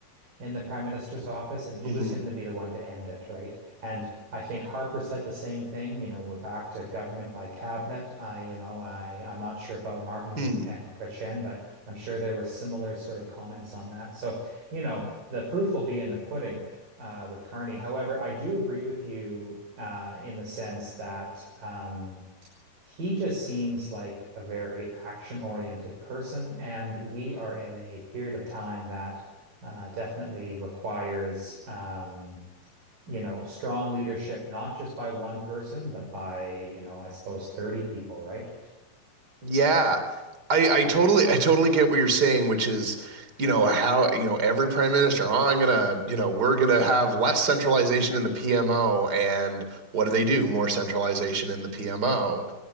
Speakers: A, on the right; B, on the right.
A: in the prime minister's office, and he
B: hmm
A: was going to be the one to end it, right? And I think Harper said the same thing. You know, we're back to government by cabinet. I, you know, I I'm not sure about Martin
B: Hmm.
A: and, and Kretchen, but I'm sure there were similar sort of comments on that. So, you know, the proof will be in the pudding. Uh, with Carney. However, I do agree with you uh, in the sense that um, he just seems like a very action-oriented person, and we are in a period of time that uh, definitely requires, um, you know, strong leadership, not just by one person, but by, you know, I suppose 30 people, right?
B: Yeah. I, I totally I totally get what you're saying, which is, you know, how you know every prime minister, oh, I'm gonna, you know, we're gonna have less centralization in the PMO, and what do they do? More centralization in the PMO.